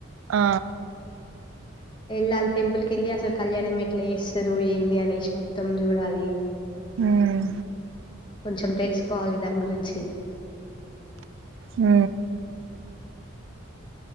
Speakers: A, on the right; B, on the left.
A: ఆ
B: ఏళ్ళాలి టెంపుల్ క వెళ్ళి అసలు కళ్యాణం ఎట్లా చేస్తారు ఏంది అనేసి మొత్తం చూడాలి.
A: ఉమ్
B: కొంచెం తెలుసుకోవాలి దాని గురించి
A: అ